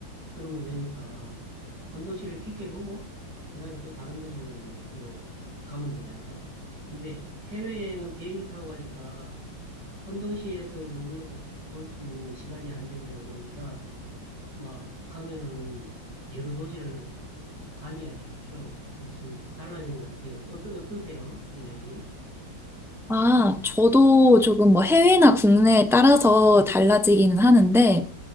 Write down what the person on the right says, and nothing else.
그러면 되니까 한 도시를 깊게 보고 그다음에 또 다른 도시를 이제 또 가면 되잖아요. 근데 해외 여행은 비행기 타고 가니까 한 도시에서 머물러서 볼 수 있는 시간이 한정되고 그러니까 막 가면은 여러 도시를 다녀야 되겠죠. 그래서 좀 달라지는 것 같아요. 어떠, 어떠세요? 성향이?